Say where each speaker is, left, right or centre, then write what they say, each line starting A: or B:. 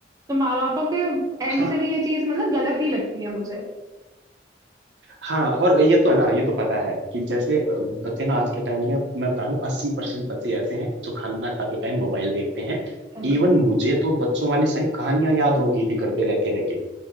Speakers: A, on the right (about 20°); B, on the right (about 75°).
A: तो माँ बापों के एंड
B: हाँ
A: से भी ये चीज मतलब गलत ही लगती है मुझे
B: हाँ और ये तो है ना ये तो पता है कि जैसे अ, बच्चे ना आज के टाइम में मैं बता रहा हूँ अस्सी परसेंट बच्चे ऐसे हैं जो खाना खाते टाइम मोबाइल देखते हैं
A: पहले।
B: इवन मुझे तो बच्चों वाली सारी कहानियां याद होगी थी घर पे रह के रह के